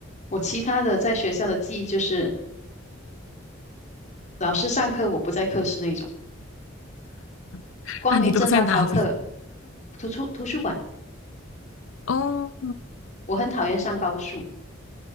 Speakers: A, on the left; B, on the left.
A: 我其他的在学校的记忆就是老师上课我不在课室那种，
B: <laughs>
A: 光明正大逃课，
B: 啊，你都在哪里？
A: 图书图书馆，
B: 哦，
A: 我很讨厌上高数。